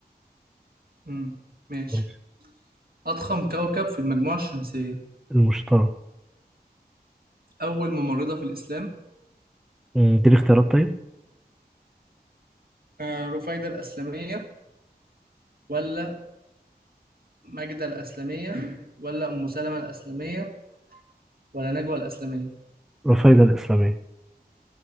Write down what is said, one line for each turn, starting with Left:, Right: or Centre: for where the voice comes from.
Right: مم. ماشي
Centre: ماشي
Right: أضخم كوكب في المجموعة الشمسية
Centre: المشترى
Right: أول ممرضة في الإسلام
Centre: مم، دي الاختيارات طيب
Right: آه، رفيدة الأسلمية ولا ماجدة الأسلمية ولا أم سلمة الأسلمية ولا نجوى الأسلمية
Centre: رفايدة الإسلامية